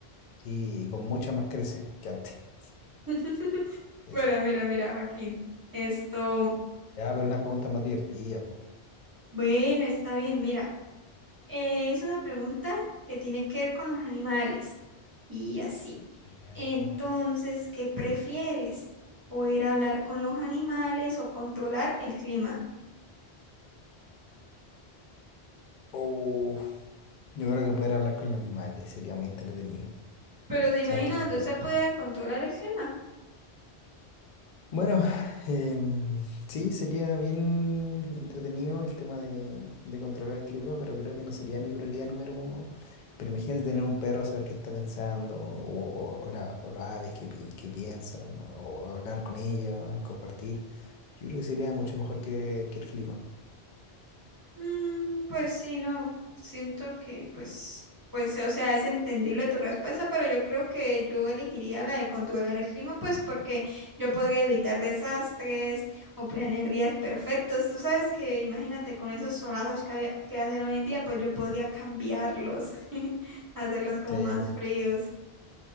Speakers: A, on the left; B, on the right.
A: sí, y con mucha más crece que antes. <laughs>
B: <laughs>
A: Sí,
B: Bueno,
A: sí, sí.
B: mira, mira, Joaquín. Esto,
A: Ya, pero unas preguntas más divertidas, po.
B: bueno, está bien, mira. Eh, es una pregunta que tiene que ver con los animales y así.
A: Ya.
B: Entonces, ¿qué prefieres? ¿Poder hablar con los animales o controlar el clima?
A: Uf, yo creo que poder hablar con los animales sería muy entretenido.
B: Pero se imagina
A: ¿Sabes qué están
B: donde usted puede controlar el clima.
A: Bueno, em, sí, sería bien entretenido el tema de, de controlar el clima, pero creo que no sería mi prioridad número uno. Pero imagínate tener un perro, saber qué está pensando, o, o- o la- o las aves que, pi- que piensan, o hablar con ellas, compartir. Yo creo que sería mucho mejor que, que el clima.
B: Mm, pues sí, no, siento que pues, pues, o sea, es entendible tu respuesta, pero yo creo que yo elegiría la de controlar el clima, pues porque yo podría evitar desastres o planear días perfectos. Tú sabes que, imagínate, con esos solazos que, había- que hacen hoy en día, pues yo podría cambiarlos, <laughs> hacerlos como
A: Sí,
B: más fríos.